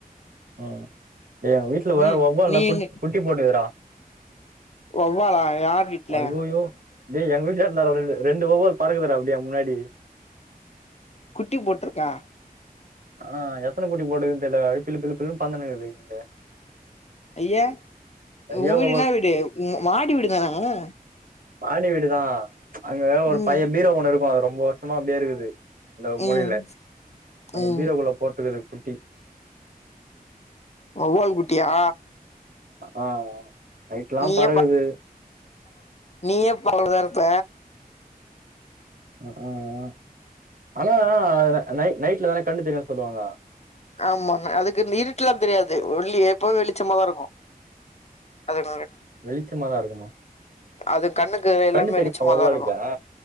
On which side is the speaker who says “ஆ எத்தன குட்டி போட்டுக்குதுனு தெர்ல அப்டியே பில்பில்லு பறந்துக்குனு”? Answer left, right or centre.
Right